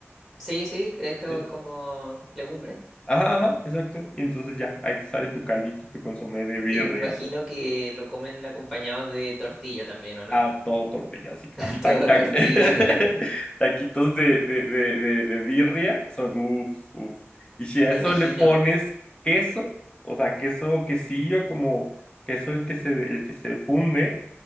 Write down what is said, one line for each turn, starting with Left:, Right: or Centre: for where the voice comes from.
Centre: Sí, sí, que esto
Left: Sí.
Centre: es como legumbre.
Left: Ajá, ajá, exacto. Y entonces ya, ahí te sale tu caldito y tu consomé de birria.
Centre: Y me imagino que lo comen acompañados de tortilla también, ¿o no?
Left: Ah, todo tortillas, sí, claro.
Centre: <laughs>
Left: Ta-
Centre: Todo
Left: ta-
Centre: tortilla.
Left: <laughs>
Centre: <laughs>
Left: Taquitos de, de, de, de, de birria son uff, uff. Y si
Centre: Me
Left: a eso
Centre: imagino.
Left: le pones queso, o sea, queso quesillo, como queso el que se, el que se funde,